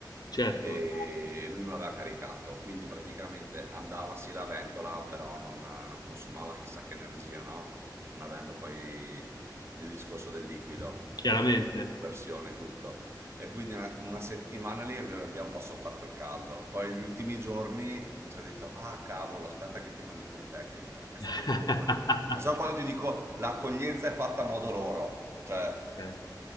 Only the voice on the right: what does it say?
E lui non l'aveva caricato, quindi praticamente andava sì la ventola, però non, non consumava chissà che energia, no? Non avendo poi il discorso del liquido,
che conversione e tutto. E quindi una, una settimana lì abbiamo un po' sofferto il caldo. Poi gli ultimi giorni ci ha detto, ah cavolo, aspetta che ti mandiamo il tecnico. È stato
furbo lì. Lo so quando ti dico, l'accoglienza è fatta a modo loro. Cioè,